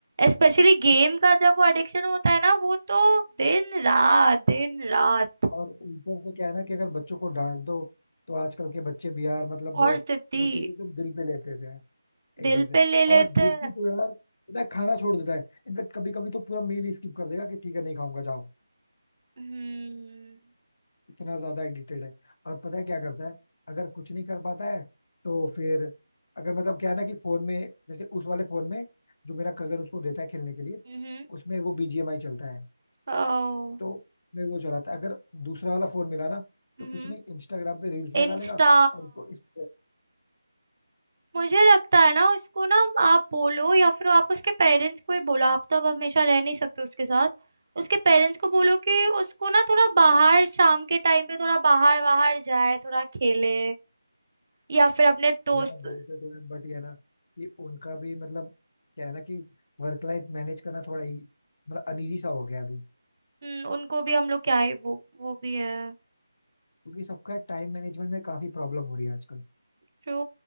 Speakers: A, on the right; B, on the left.
A: स्पेशली गेम
B: क्यों-
A: का जब वो एडिक्शन होता है ना वो तो दिन रात दिन रात
B: और ऊपर से क्या है ना कि अगर बच्चों को डांट दो तो आजकल के बच्चे भी यार मतलब वो
A: और सिद्धि
B: वो चीजें एकदम दिल पे लेते थे एकदम
A: दिल
B: से
A: पे ले लेते
B: और जिद्दी
A: हैं
B: तो यार पता है खाना छोड़ देता है इनफेक्ट कभी कभी तो पूरा मील ही स्किप कर देगा कि ठीक है नहीं खाऊंगा जाओ
A: हम्म
B: इतना ज्यादा एडिक्टेड है और पता है क्या करता है अगर कुछ नहीं कर पाता है तो फिर अगर मतलब क्या है ना कि फोन में जैसे उस वाले फोन में जो मेरा कजन उसको देता है खेलने के लिए
A: हम्म
B: उसमें वो बीजीएमआई चलता है
A: ओ
B: तो मैं वो चलाता है अगर दूसरा वाला फोन मिला ना तो
A: हम्म
B: कुछ नहीं इंस्टाग्राम पे रील्स
A: इंस्टा
B: लगा लेगा और उसको इस
A: मुझे लगता है ना उसको ना आप बोलो या फिर आप उसके पेरेंट्स को ही बोलो आप तो अब हमेशा रह नहीं सकते उसके साथ उसके पेरेंट्स को बोलो कि उसको ना थोड़ा बाहर शाम के टाइम पे थोड़ा बाहर बाहर जाए थोड़ा खेले या फिर अपने दोस्त
B: यार बोलते तो हैं बट ये है ना कि उनका भी मतलब क्या है ना कि वर्क लाइफ मैनेज करना थोड़ा ही मतलब अनईजी सा हो गया है अभी
A: हम्म, उनको भी हम लोग क्या ही वो वो भी है
B: क्योंकि सबका टाइम मैनेजमेंट में काफी प्रॉब्लम हो रही है आजकल
A: ट्रू